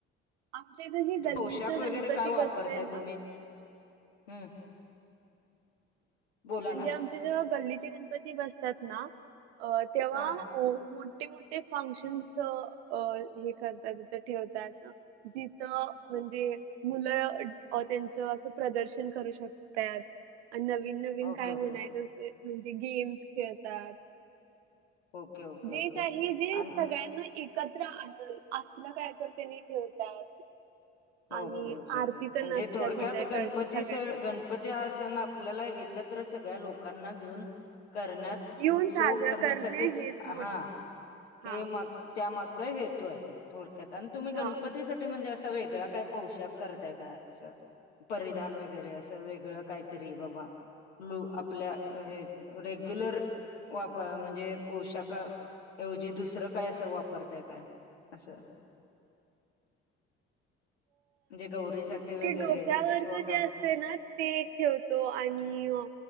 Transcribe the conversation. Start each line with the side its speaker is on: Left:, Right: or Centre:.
Right: आमच्या इथं जे
Left: त
Right: गल्लीचं
Left: पोशाख वगैरे
Right: गणपती
Left: काय, वापरताय
Right: बसतंय ना
Left: तुम्ही? हम्म. बोला
Right: म्हणजे
Left: ना
Right: आमचे जेव्हा, गल्लीचे गणपती बसतात ना. अ तेव्हा,
Left: हा
Right: मो मोठे - मोठे फंक्शन्स अ हे करतात. तीथं ठेवतात. जिथं म्हणजे, मुलं अ त्यांचं असं, प्रदर्शन करू शक तात. नवीन- नवीन
Left: ओके
Right: काय,
Left: ओके
Right: म्हणायचं? अस, म्हणजे गेम्स खेळतात.
Left: ओके ओके
Right: जे
Left: ओके.
Right: काही, जे
Left: आणि
Right: सगळ्यांना एकत्र आणून, असलं काय तर त्यांनी ठेवतात. आणि
Left: ओके ओके.
Right: आरती
Left: म्हणजे
Right: तेन असत्या,
Left: थोडक्यात
Right: संध्याकाळची
Left: गणपती
Right: सगळ्यांना
Left: सण
Right: मिळून.
Left: <unintelligible> आपल्याला एकत्र सगळ्या लोकांना घेऊन करण्यात
Right: येऊन
Left: उत्सव
Right: साजरा
Left: करण्यासाठीच.
Right: करणे हेच
Left: हा.
Right: मोठ हा
Left: हे मात त्या मागचा हेतूय. थोडक्यात. अन् तुम्ही गणपतीसाठी
Right: हा
Left: म्हणजे, असा वेगळा काय पोशाख करताय का? अस. परिधान वगैरे असं. वेगळं काहीतरी बाबा लू. आपल्या हे, रेग्युलर वाप म्हणजे पोशाख एवजी दुसरं काय? असं, वापरताय काय? असं. म्हणजे गौरीसाठी वगैरे.
Right: डोक्यावरचं
Left: किंवा
Right: जे
Left: काय
Right: ते ना <unintelligible> ठेवतो आणि